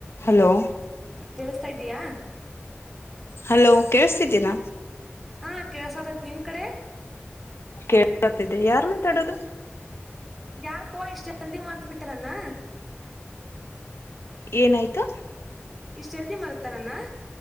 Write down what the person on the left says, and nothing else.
Hello
hello ಕೇಳಸ್ತಿದ್ದೀರಾ
ಕೇಳ್ಕತಿದ್ದೆ ಯಾರ್ ಮಾತಾಡೋದು
ಏನಾಯ್ತು